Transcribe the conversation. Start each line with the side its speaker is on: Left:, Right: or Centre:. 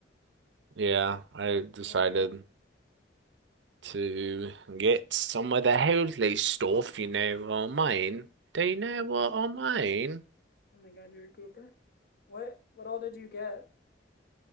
Right: yeah, I decided
Left: Oh, okay.
Right: to get some of the holy stuff, you know, on mine. Do you know what on mine?
Left: Oh my God, you're a goober. What, what all did you get?